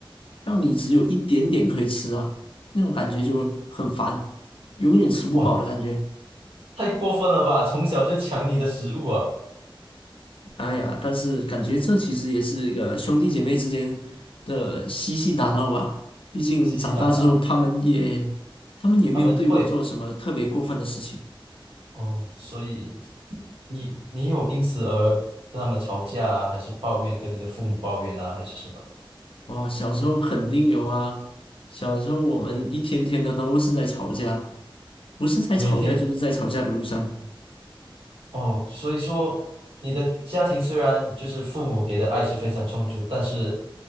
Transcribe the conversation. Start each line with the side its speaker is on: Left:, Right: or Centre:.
Left: 让你只有一点点可以吃啊，那种感觉就很烦，永远吃不饱的感觉。
Right: 哇，太过分了吧！从小就抢你的食物啊，
Left: 哎呀，但是感觉这其实也是一个兄弟姐妹之间的嬉戏打闹吧。毕竟长大之后，
Right: 吸吸胆啊！
Left: 他们也他们也没有对我做什么特别过分的事情。
Right: 他们会哦，所以你你有因此而跟他们吵架啊，还是抱怨跟你的父母抱怨啊，还是什么的？
Left: 哦，小时候肯定有啊。小时候我们一天天的都是在吵架，不是在吵架就是在吵架的路上。
Right: 每天哦，所以说你的家庭虽然就是父母给的爱是非常充足，但是